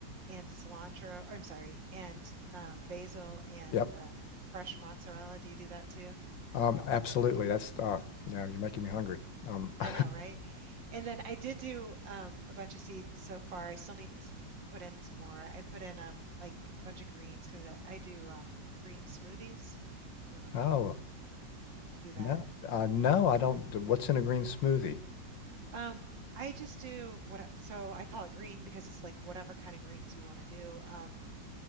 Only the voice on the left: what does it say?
Yep.
Um, absolutely. That's uh yeah, you're making me hungry. Um <laughs>
oh
no uh no, I don't d- what's in a green smoothie?